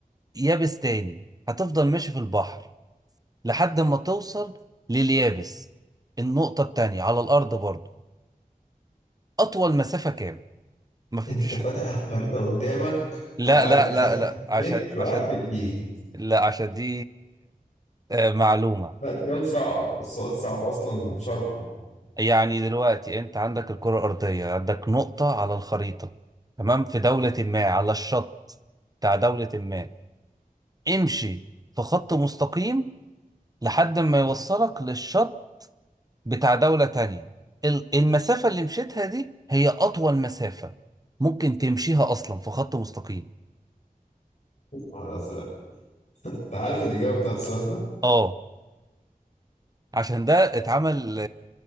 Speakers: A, on the right; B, on the left.
A: يابس تاني هتفضل ماشي في البحر لحد ما توصل لليابس النقطة التانية على الأرض برضو أطول مسافة كام؟ ما فهمتش
B: انت فاتح الخريطة قدامك
A: لا
B: وقاعد
A: لا لا
B: فاتح
A: لا عشان
B: متر
A: عشان
B: وقاعد بالايد
A: لا عشان دي آه، معلومة
B: لا السؤال صعب السؤال صعب اصلا شرحه
A: يعني دلوقتي أنت عندك الكرة الأرضية عندك نقطة على الخريطة تمام في دولة ما على الشط بتاع دولة ما امشي في خط مستقيم لحد ما يوصلك للشط بتاع دولة تانية ال- المسافة اللي مشيتها دي هي أطول مسافة ممكن تمشيها أصلا في خط مستقيم
B: الازرق <laughs> انت عارف الاجابة بتاعت السؤال
A: اه عشان ده اتعمل